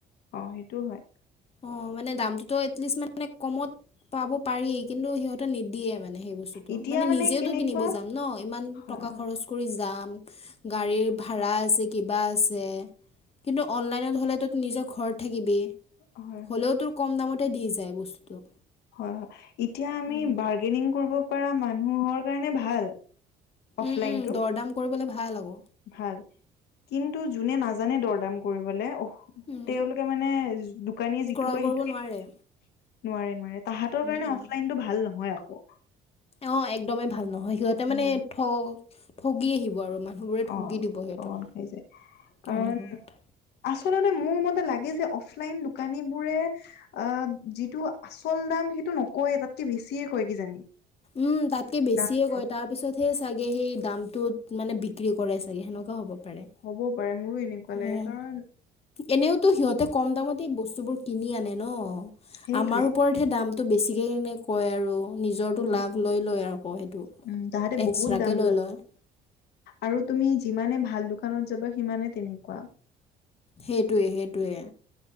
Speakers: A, on the left (about 75°); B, on the left (about 35°).
A: অ', সেইটোও হয়।
B: অ', মানে দামটোতো এটলিষ্ট মানে কমত পাব পাৰি, কিন্তু সিহঁতে নিদিয়ে মানে সেই বস্তুতটো।
A: এতিয়া
B: মানে, নিজেওতো
A: কেনেকুৱা
B: কিনিব যাম নহ, ইমান
A: হয়
B: টকা
A: হয়
B: খৰচ কৰি যাম, গাড়ীৰ ভাড়া আছে, কিবা আছে। কিন্তু অনলাইনত হ'লে তই তো নিজৰ ঘৰত থাকিবি,
A: হয়
B: হ'লেও তোৰ কম দামতে দি যায় বস্তুটো।
A: হয়, হয়, এতিয়া আমি
B: উম,
A: বাৰ্গেনিং কৰিব পাৰা মানুহৰ কাৰণে ভাল। অফলাইনটো
B: উম, উম, দৰ দাম কৰিবলে ভাল হব।
A: ভাল, কিন্তু যোনে নাজানে দৰদাম কৰিবলে
B: উম,
A: তেওঁলোকে মানে, দোকানীয়ে যিটো
B: ক্ৰয়
A: কয়
B: কৰিব
A: সেইটোকে
B: নোৱাৰে।
A: দি দিয়ে। নোৱাৰে, নোৱাৰে, তাহাঁতৰ
B: উম
A: কাৰণে
B: উম
A: অফলাইনটো ভাল নহয় আকৌ।
B: অ', একদমেই ভাল নহয়, সিহঁতে মানে
A: নহয়
B: ঠ ঠগি আহিব আৰু <unintelligible>
A: নহয়
B: ঠগি
A: অ
B: দিব সিহঁতক।
A: ঠগন খাই যায়
B: <unintelligible>
A: কাৰণ আচলতে মোৰ মতে লাগে যে, অফলাইন দোকানীবোৰে অ', যিটো আচল দাম সেইটো নকয় তাতকে বেছিয়ে কয় কিজানি।
B: উম, তাতকে বেছিয়ে
A: দাম
B: কয়,
A: দৰ
B: তাৰ পিছতহে চাগে সেই দামটোত মানে বি বিক্ৰী কৰে চাগে, সেনেকুৱা হ'ব পাৰে।
A: হ'ব পাৰে, মোৰো এনেকুৱা লাগে
B: উম।
A: কাৰণ
B: এনেওতো সিহঁতে কম দামতে বস্তুবোৰ কিনি আনে নহ,
A: সেইটোৱে
B: আমাৰ ওপৰত দামটো বেছিকে কেনে কয় আৰু। নিজৰটো
A: অ
B: লাভ লৈ লয় আকৌ সেইটো,
A: উম তাহাঁতে
B: এক্সট্ৰাকে
A: বহুত দাম
B: লৈ লয়।
A: আৰু তুমি যিমানে ভাল দোকানত যাবা সিমানে তেনেকুৱা।
B: সেইটোৱে, সেইটোৱে।